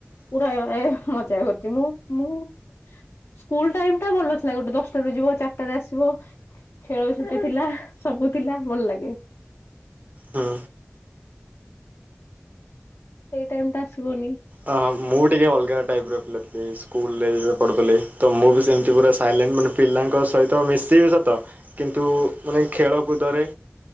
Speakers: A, on the left; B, on the right.
A: ପୁରା ଏଓ-ଏଃ ମଜା କରୁଛି ମୁଁ ମୁଁ ସ୍କୁଲ୍ ଟାଇମ୍ ଟା ଭଲଥିଲା ଗୋଟେ ଦଶ୍ ତରେ ଯିବ ଚାର୍ ଟାରେ ଆସିବ ଖେ-ଖେଳ ଛୁଟି ଥିଲା ସବୁ ଥିଲା ଭଲ ଲାଗେ।
B: ହୁଁ।
A: ସେଇ ଟାଇମ୍ ଟା ଆସିବନି।
B: ଅ ମୁଁ ଟିକେ ଅଲ୍ ଗା ଟାଇପ୍ ର ପିଲା ଥିଲି ସ୍କୁଲ୍ ରେ ଯେବେ ପଢ଼ୁଥିଲି। ତ ମୁଁ ବି ସେମିତି ପୁରା ସାଇଲେଣ୍ଟ୍ ମାନେ ପିଲାଙ୍କ ସହିତ ମିଶିବି ସତ କିନ୍ତୁ ମାନେ ଖେଳକୁ ଦରେ